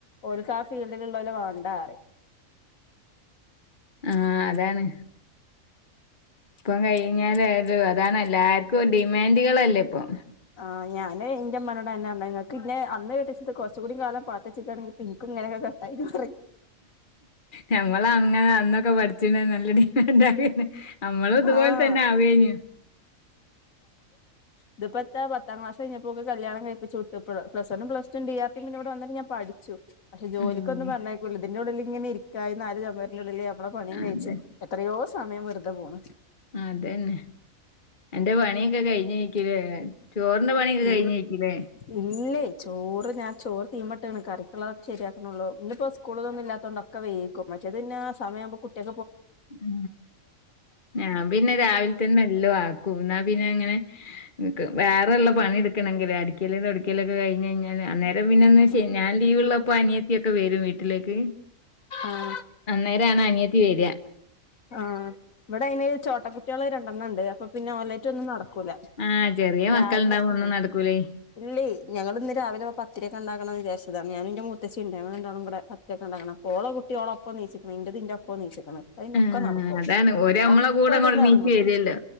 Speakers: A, on the left; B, on the left.
A: ഓക്ക് ആ ഫീൽഡിൽ ഉള്ളലേ വേണ്ടാറി
B: ആഹ് അതാണ് ഇപ്പം കഴിഞ്ഞാല് അതാണ് എല്ലാർക്കും ഡിമാൻഡുകളൾല്ലേ ഇപ്പൊ
A: ആ ഞാന്ൻന്റെ അമ്മോട് തന്നെ അ നിങ്ങക്ക് പിന്നെന്ന് കട്ടച്ചത് കുച്ച കൂടി കാലം പാത്ത വച്ചക്കയാണെങ്ക പി എിക്കും ഇങ്ങനെയൊക്കെ കട്ടായിരുന്നു
B: ഞമ്മള അങ്ങനെ അന്നൊക്കെ പഠിച്ചിണ്ട നല്ലടി എന്താ പിന്നെ നമ്മള ഇതുപോലെ
A: ആഹ്
B: തന്നെ ആവേനി
A: ഇതിപ്പോത്തെ പത്താം ക്ലാസ് കഴിഞ്ഞപ്പോക്ക് കല്യാണം കഴപ്പിച്ചുട്ട പ്ല വൺും പ്ലസ് ടു ഡി ആർ പിന്നെ ഇവിടെന്നിട്ട് ഞാൻ പഠിച്ചു പക്ഷെ ജോലിക്കൊന്നും
B: ഉം
A: പറഞ്ഞേക്കില്ല ഇതിന്റെ ഉള്ളിൽില് ഇങ്ങനെ ഇരിക്കാ നല് ചെമരിന്റെ ഉള്ളില് നമ്മളെ പണിയും കഴിച്ച്
B: അതെ
A: പ്പൊ സമയ വറ്തെ പോണ്
B: അതന്നെ എന്റെ പണി ക്കെ കഴിഞ്ഞേക്കുലേ ചോറിന്റെ പണിയൊക്കെ
A: ഇ
B: കഴിഞ്ഞേക്കുലേ
A: ഇല്ലേ ചോറ് ഞാൻ ചോറ് തീമ്പട്ടീണ് കറിക്കുള്ളതൊക്കെ ശരിയാക്കുന്നുള്ളു ഇന്നപ്പോ സ്കൂളിൽൊന്നും ഇല്ലാത്ത കൊക്കെ വേകും മറ്റത് ന്നെ ആ സമയാവുമ്പോ കുട്ടിക്ക്
B: ഉ ഞാൻ പിന്നെ രാവിലെ തന്നെ എല്ലോ ആക്കും കന്നാ പിന്നെ അങ്ങനെ വേറെള്ള പണി എടുക്കണമെങ്കിൽ അടിക്കലും തൊടക്കല ഒക്കെ കഴിഞ് കഴിഞ്ഞാല് അേര അ പിന്നെ
A: ആ
B: ഞാൻ ലീവ ഉള്ളപ്പോ അനിയത്തി ഒക്കെ വരും വട്ട വീട്ടിലേക്ക്
A: ആഹ്
B: അന്നേരാണ് അനിയത്തി വേരിയ
A: ആഹ് ഇവിടെ അയിന് ചോട്ടക്കുട്ടികള് രണ്ടെണ്ണം ഉണ്ട് അപ്പൊ പിന്നെ ഒലറ്റ ഒന്നും നടക്കൂല
B: ആഹ് ചെറിയ
A: രാവിലെ
B: മക്കളുണ്ടാവുമ്പോ ഒന്നും
A: ഉ
B: നടക്കൂലേ.
A: ഇല്ലേ ഞങ്ങള്ന്ന് രാവിലവപ്പോ പത്തിര്യൊക്കെ ഇണ്ടാക്കണംന്ന് വിചാരിച്ചതാണ് ഞാനും ന്റെ മൂത്തച്ചീണ്ട് ഞങ്ങള് രണ്ടാളും കൂടെ ഒറ്റക്കാ ഇണ്ടാക്ക്ണത് അപ്പൊ ഓളെ കുട്ടിഓളൊപ്പം നീച്ച്ക്ക്ണ് ഇന്റെറെതിന്റെഒപ്പം നീച്ച്ക്ക്ണ്
B: ആഹ്
A: ഒക്കെ നടക്കും
B: അതാണ് ഓര് നമ്മളെ
A: ഒക്കെത്ത്ന്ന്
B: കൂടെ അങ്ങോട്ട് എണീച്ച്
A: ഇറങ്ങൂല
B: വരുവല്ലോ.